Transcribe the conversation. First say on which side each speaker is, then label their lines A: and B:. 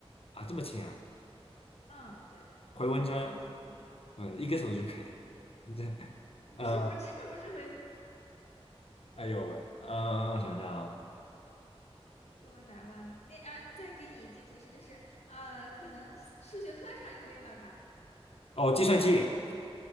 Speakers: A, on the left; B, on the left.
A: 啊，这么轻啊，
B: 嗯，对，
A: 回纹针，
B: 你再想想，
A: 不，一个手就可以了，你这，呃，
B: 不是不是不是回形
A: 哎呦喂，嗯、我想想啊，
B: 这么难吗？那啊，再给你一句提示，就是呃，可能数学课上也会用到它。
A: 哦，计算器